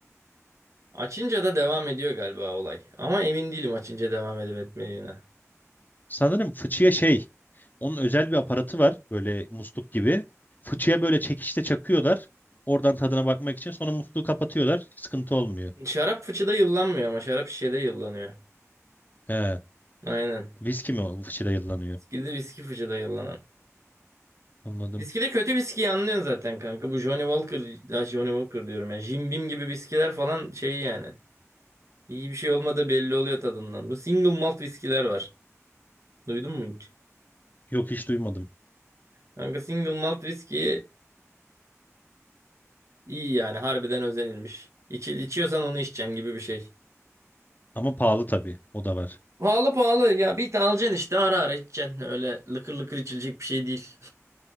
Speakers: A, on the right; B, on the left.
A: açınca da devam ediyor galiba olay. Ama emin değilim açınca devam edip etmediğine.
B: Sanırım fıçıya şey, onun özel bir aparatı var böyle musluk gibi. Fıçıya böyle çekişte çakıyorlar. Oradan tadına bakmak için sonra musluğu kapatıyorlar. Sıkıntı olmuyor.
A: Şarap fıçıda yıllanmıyor ama şarap şişede yıllanıyor.
B: He,
A: Aynen.
B: viski mi o fıçıda yıllanıyor?
A: Viski de viski fıçıda yıllanan.
B: Anladım.
A: Viskide kötü viskiyi anlıyorsun zaten kanka. Bu Johnny Walker, ya Johnny Walker diyorum ya. Jim Beam gibi viskiler falan şey yani. İyi bir şey olmadığı belli oluyor tadından. Bu single malt viskiler var. Duydun mu hiç?
B: Yok hiç duymadım.
A: Kanka single malt viski iyi yani harbiden özenilmiş. İçi, içiyorsan onu içeceksin gibi bir şey.
B: Ama pahalı tabii. O da var.
A: Pahalı pahalı ya bir tane alacaksın işte ara ara içeceksin. Öyle lıkır lıkır içilecek bir şey değil. <laughs>